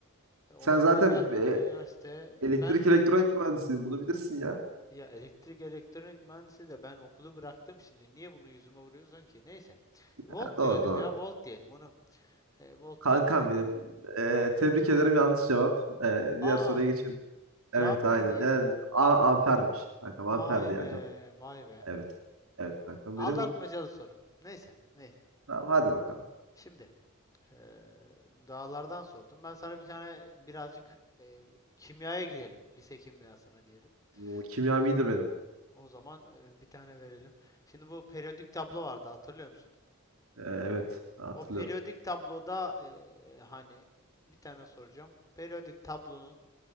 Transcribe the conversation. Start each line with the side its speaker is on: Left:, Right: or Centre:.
Left: E, orası
Right: Sen zaten
Left: gelmedi.
Right: e,
Left: Üniversite
Right: elektrik
Left: ben
Right: elektronik mühendisiydin. Bunu bilirsin ya.
Left: ya elektrik elektronik mühendisi de ben okulu bıraktım şimdi. Niye bunu yüzüme vuruyorsun ki? Neyse. Volt
Right: Ha, doğru
Left: diyelim
Right: doğru.
Left: ya. Volt diyelim onu. E, volt
Right: Kankam
Left: diyelim.
Right: benim. Eee, tebrik ederim yanlış cevap. Eee,
Left: Aa,
Right: diğer soruya geçelim.
Left: cevap
Right: Evet aynen.
Left: neydi ya?
Right: Yani a- ampermiş. Kankam amperdi
Left: Vay
Right: yani
Left: be,
Right: cevap.
Left: vay be.
Right: Evet. Evet kankam
Left: Aldatmacalı
Right: benim.
Left: soru. Neyse, neyse.
Right: Tamam hadi bakalım.
Left: Şimdi Eee, dağlardan sordum. Ben sana bir tane birazcık eee, kimyaya gidelim. Lise kimyasına diyelim.
Right: Bu kimyam
Left: Eee,
Right: iyidir benim.
Left: o zaman eee, bir tane verelim. Şimdi bu periyodik tablo vardı hatırlıyor musun?
Right: Ee, evet hatırlıyorum.
Left: O periyodik tabloda eee, hani bir tane soracağım. Periyodik tablonun